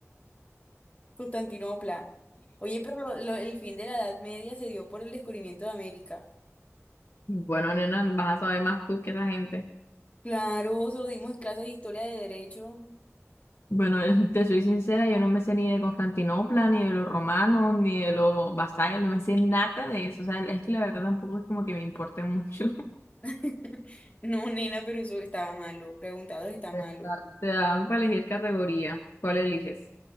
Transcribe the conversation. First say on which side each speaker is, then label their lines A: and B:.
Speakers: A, on the left (about 30°); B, on the left (about 55°).
A: Constantinopla. Oye, pero lo- lo- el fin de la Edad Media se dio por el descubrimiento de América.
B: Bueno, nena, vas a saber más tú que esa gente.
A: Claro, se lo dimos en clase de historia de derecho.
B: Bueno, <laughs> te soy sincera, yo no me sé ni de Constantinopla, ni de los romanos, ni de los vasallos, no me sé nada de eso. O sea, es que la verdad tampoco es como que me importe mucho. <laughs>
A: <laughs> No, nena, pero eso estaba malo. Preguntados está
B: Está-
A: malo.
B: Te dan para elegir categoría. ¿Cuál eliges?